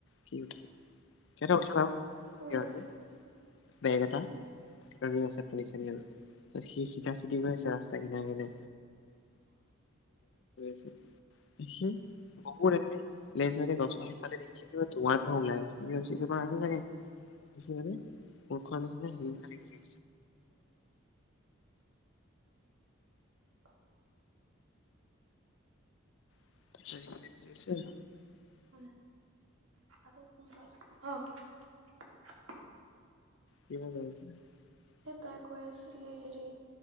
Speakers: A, on the left; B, on the right.
A: কি উঠাল কিবাটা উঠাল আৰু।
B: পোন্ধৰ
A: <inaudible> বেগ এটা লৈ আছে পানী চানী আৰু সি চিধা চিধি গৈ আছে ৰাস্তা কিন কিনে। <unintelligible> সি বহুত এনেকে লেচাই গছৰ সিফালে দেখিলে কিবা ধোৱা ধোৱা ওলাই আছে, স কিবা আছে চাগে সি মানে।। মখোৱা নিচিনা সেইাল গুি।
B: অ'
A: <inaudible>
B: মান আৰু পোন্ধ অ'।
A: <inaudible>
B: এ তাই কৈ আছিলি হেৰি,